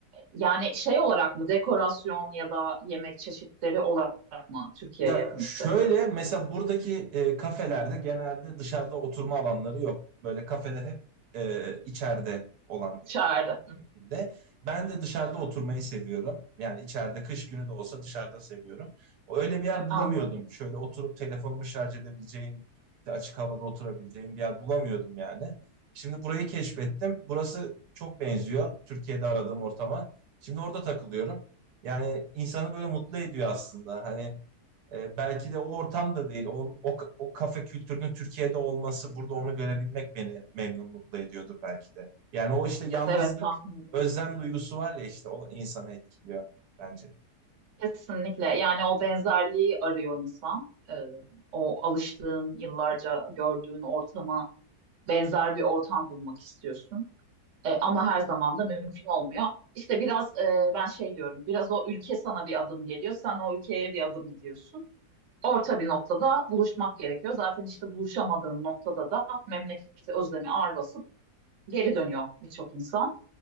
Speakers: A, on the right; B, on the right.
A: yani şey olarak mı dekorasyon ya da yemek çeşitleri olarak mı Türkiye'ye
B: Ya
A: yakın
B: şöyle
A: hissettin?
B: mesela buradaki e, kafelerde genelde dışarıda oturma alanları yok. Böyle kafeler hep e, içeride olan
A: İçeride.
B: şekilde. Ben de dışarıda oturmayı seviyorum. Yani içeride kış günü de olsa dışarıda seviyorum. Öyle bir yer bulamıyordum.
A: Anladım.
B: Şöyle oturup telefonumu şarj edebileceğim, işte açık havada oturabileceğim bir yer bulamıyordum yani. Şimdi burayı keşfettim. Burası çok benziyor Türkiye'de aradığım ortama. Şimdi orada takılıyorum. Yani insanı böyle mutlu ediyor aslında. Hani e, belki de o ortam da değil. O, o, o kafe kültürünün Türkiye'de olması, burada onu görebilmek beni memnun mutlu ediyordur belki de. Yani o işte yalnızlık
A: Evet, evet tahmin ediyorum.
B: özlem duygusu var ya işte o insanı etkiliyor bence.
A: Kesinlikle. Yani o benzerliği arıyor insan. Ee, o alıştığın, yıllarca gördüğün ortama benzer bir ortam bulmak istiyorsun. Ee, ama her zaman da mümkün olmuyor. İşte biraz e, ben şey diyorum, biraz o ülke sana bir adım geliyor, sen o ülkeye bir adım gidiyorsun. Orta bir noktada buluşmak gerekiyor. Zaten işte buluşamadığın noktada da memleketi özlemi ağır basıp geri dönüyor birçok insan.